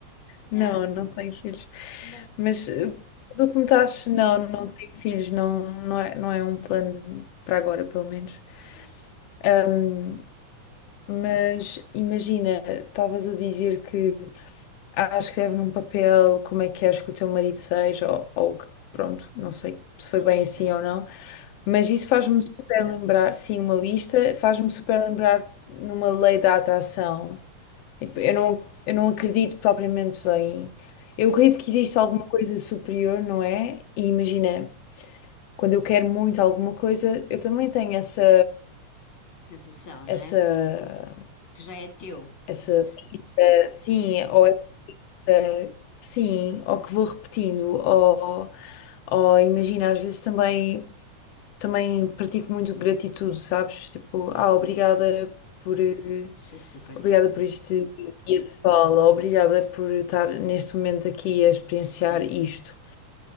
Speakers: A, on the left; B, on the left.
A: Não,
B: Hã?
A: não tenho filhos.
B: Não.
A: Mas eh, tudo o que me estás. Não, não tenho filhos. Não, não é, não é um plano para agora,
B: Yeah,
A: pelo menos.
B: yeah.
A: Ahm, mas imagina, estavas a dizer que ah, escreve num papel como é que queres que o teu marido seja, ou, ou que- pronto, não sei se
B: A
A: foi bem
B: lista.
A: assim ou não. Mas isso faz-me super lembrar, sim, uma lista, faz-me super lembrar numa lei da atração. Tipo, Eu
B: <laughs>
A: não, eu não acredito propriamente em. Eu acredito que existe alguma coisa superior, não é? E imagina, quando eu quero muito alguma coisa, eu também tenho essa,
B: Sensação,
A: essa,
B: não é? Que já é teu.
A: essa,
B: Sensa-
A: eh, sim, ou essa, sim, ou que vou repetindo, ou, ou imagina, às vezes também, também pratico muito gratitude, sabes? Tipo, ah, obrigada por. eh,
B: Isso é super importante.
A: Obrigada por este dia de escola, obrigada por estar neste momento aqui a experienciar
B: Sim.
A: isto.